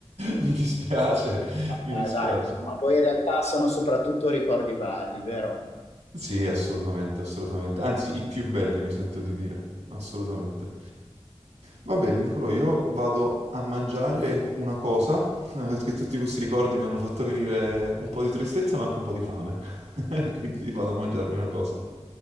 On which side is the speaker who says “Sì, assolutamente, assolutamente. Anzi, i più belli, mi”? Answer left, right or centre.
Right